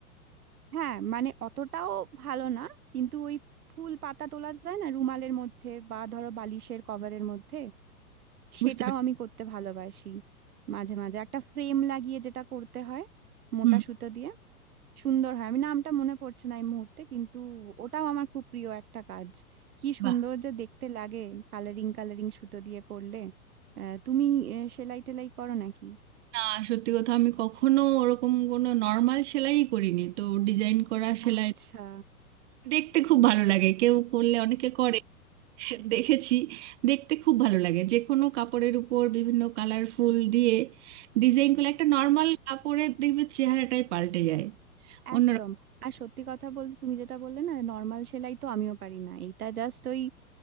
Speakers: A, on the right (about 70°); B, on the right (about 50°).
A: হ্যাঁ মানে অতটাও ভালো না কিন্তু ওই ফুল পাতা তোলা যায় না রুমালের মধ্যে বা ধরো বালিশের কভারের মধ্যে সেটাও
B: বুঝতে পেরেছি
A: আমি করতে ভালোবাসি মাঝে মাঝে একটা ফ্রেম লাগিয়ে যেটা করতে হয় মোটা
B: হুম
A: সুতো দিয়ে সুন্দর হয় আমি নামটা মনে পড়ছে না এই মুহূর্তে কিন্তু ওটাও আমার খুব প্রিয় একটা কাজ কি সুন্দর
B: বাহ
A: যে দেখতে লাগে কালারিং কালারিং সুতো দিয়ে করলে আহ, তুমি আহ, সেলাই টেলাই করো নাকি
B: না সত্যি কথা আমি কখনো ওরকম কোনো নর্মাল সেলাই করিনি তো ডিজাইন করা সেলাই
A: আচ্ছা
B: দেখতে খুব ভালো লাগে কেউ করলে অনেকে করে দেখেছি দেখতে খুব ভালো লাগে যে কোনো কাপড়ের উপর বিভিন্ন কালারফুল দিয়ে ডিজাইন করলে একটা নর্মাল কাপড়ের দেখবে চেহারাটাই পাল্টে যায় অন্যরকম
A: একদম
B: হ্যাঁ।
A: আর সত্যি কথা বলতে তুমি যেটা বললে না নর্মাল সেলাই তো আমিও পারি না এটা জাস্ট ওই